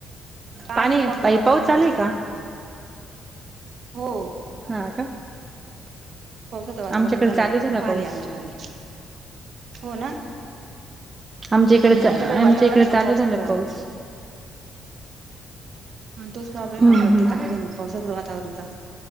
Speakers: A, on the right; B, on the right.
A: काय
B: पाणी
A: नाही पावसाचा
B: पाई
A: वातावरण
B: पाऊस चालू
A: आहे ताई.
B: का
A: हो.
B: हां का?
A: पावसाचं वातावरण
B: आमच्याकडे
A: झालंय
B: चालू झाला
A: खूप हाल
B: पाऊस
A: आहे आमचे वाले. हो ना!
B: आमच्या
A: हम्म
B: इकडे चा
A: आमच्याकडे वातावरण
B: आमच्या इकडे
A: आहे
B: चालू
A: मग पावसाचं.
B: झाला पाऊस
A: तोच प्रॉब्लेम
B: हम्म
A: आहे प्रत्येकाकडे
B: हम्म
A: मग पावसाचं वातावरण चा.